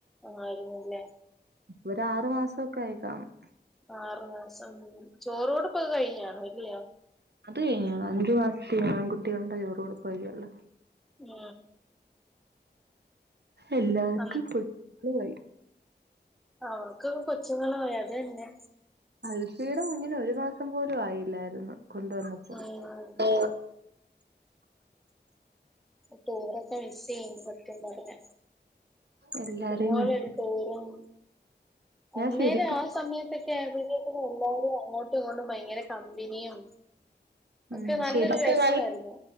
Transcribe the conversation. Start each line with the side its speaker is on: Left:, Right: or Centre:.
Centre: ആയിരുന്നില്ലേ?
Right: ഒര് ആറു മാസം ഒക്കെ ആയി കാണും
Centre: ആറു മാസം ചോറ് കൊടുപ്പൊക്കെ കഴിഞ് കാണും അല്ലിയോ?
Right: അത് കഴിഞ് കാണും അഞ്ചു മാസത്തിൽ ആൺ കുട്ടികളുടെ ചോറ് കൊടുപ്പ് കഴിയുല്ലോ.
Centre: നേ
Right: എല്ലർക്കും
Centre: അന്ന്
Right: കുട്ടി ആയി.
Centre: അവക്ക് ക്കെ കൊച്ചുങ്ങളും ആയി അ തന്നെ
Right: അൽഫിയുടെ കുഞ്ഞിന് ഒരു മാസം പോലും ആയില്ലായിരുന്നു കൊണ്ടുവന്നപ്പോ.
Centre: ഉം
Right: ആ <inaudible>
Centre: പ്പോ ടൂറൊക്കെ മിസ് ചെയ്യുന്നു സത്യം പറഞ്ഞാ
Right: എല്ലാരെയും
Centre: ഇതുപോലെരു
Right: മിസ്
Centre: ടൂറും
Right: ഞാൻ
Centre: അന്നേരം
Right: ശരിക്കും
Centre: ആ സമയത്തൊക്കെ ആയപ്പോഴ്ത്തെക്ക് നും എല്ലാരും അങ്ങോട്ടും ഇങ്ങോട്ടും ഭയങ്കര കമ്പനിയും.
Right: ഉം
Centre: ഒക്കെ നല്ലൊരു
Right: ശരി ഒക്കെ
Centre: രസമാരുന്നു
Right: നല്ല